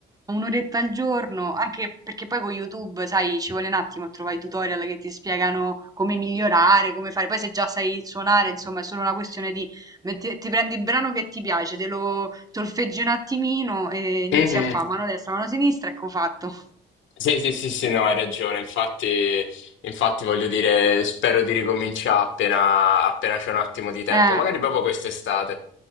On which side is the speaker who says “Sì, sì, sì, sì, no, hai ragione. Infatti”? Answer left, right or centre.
Left